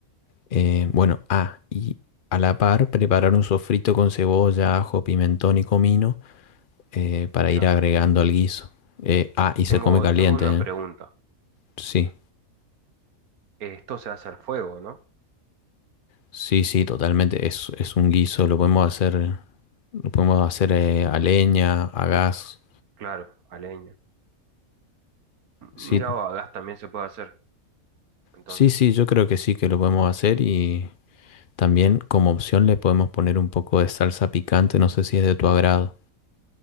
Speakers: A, on the left; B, on the right.
A: Eh, bueno, ah, y a la par preparar un sofrito con cebolla, ajo, pimentón y comino eh, para
B: Mira,
A: ir agregando al guiso. Eh, ah, y
B: tengo,
A: se come caliente,
B: tengo una
A: ¿eh?
B: pregunta.
A: Sí,
B: Esto se hace al fuego, ¿no?
A: sí, sí, totalmente. Es, es un guiso, lo podemos hacer, lo podemos hacer eh, a leña, a gas.
B: Claro, a leña. M- Mira,
A: Sí,
B: o a gas también se puede hacer. Entonces,
A: sí, sí, yo creo que sí que lo podemos hacer y también como opción le podemos poner un poco de salsa picante, no sé si es de tu agrado.